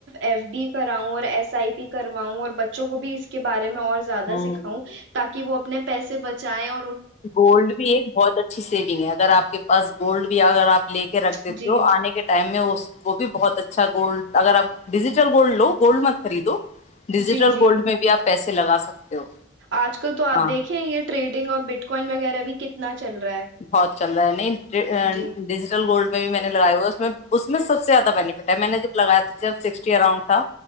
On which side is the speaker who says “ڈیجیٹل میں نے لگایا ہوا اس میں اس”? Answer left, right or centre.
Left